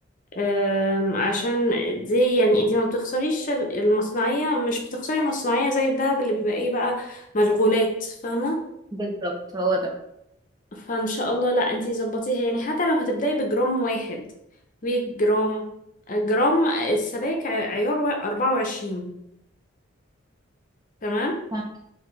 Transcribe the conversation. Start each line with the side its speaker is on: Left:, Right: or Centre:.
Left: أم، عشان دي يعني انت ما بتخسريش ال- المصنعية مش بتخسري مصنعية زي الدهب اللي بيبقى ايه بقى مشغولات فاهمة
Right: بالظبط هو ده
Left: فان شاء الله لا انت ظبطيها يعني حتى لو هتبدأي بجرام واحد بجرام جرام السبائك ع- عيار وا- 24 تمام
Right: ف-